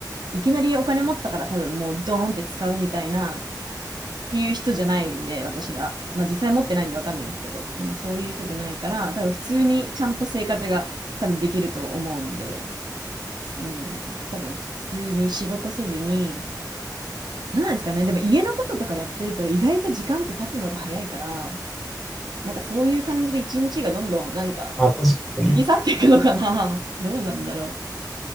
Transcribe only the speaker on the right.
いきなりお金持ったから多分もうドーンって使うみたいなっていう人じゃないんで、私が。まあ実際持ってないんでわかんないんですけど、でもそういう人じゃないから、多分普通にちゃんと生活が多分できると思うんで。うん、多分普通に仕事せずに、なんなんですかね、でも家のこととかやってると意外と時間って経つのが早いから、なんかそういう感じで一日がどんどんなんか
過ぎ去っていくのかな。<laughs> どうなんだろ